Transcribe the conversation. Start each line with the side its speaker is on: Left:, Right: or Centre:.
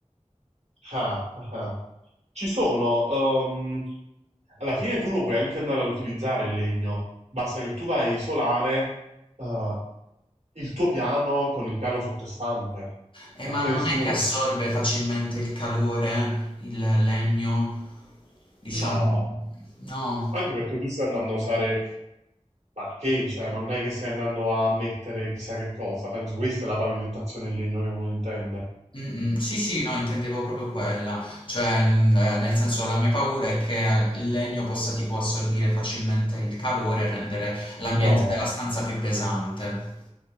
Right: Ah, ah, ah. Ci sono, ehm, alla fine tu lo puoi anche andare ad utilizzare il legno, basta che tu vai a isolare, eh, il tuo piano con il piano sottostante.
Left: Eh,
Right: A
Left: ma
Right: te
Left: non
Right: nessuno
Left: è che assorbe
Right: lo...
Left: facilmente il calore, il legno, diciamo.
Right: No,
Left: No.
Right: anche perché tu stai andando a usare parquet, cioè non è che stai andando a mettere chissà che cosa, penso questa è la pavimentazione in legno che uno intende.
Left: Mm, mm. Sì, sì, no, intendevo proprio quella. Cioè, mm, eh, nel senso, la mia paura è che il legno possa tipo assorbire facilmente il calore e rendere l'ambiente
Right: No.
Left: della stanza più pesante.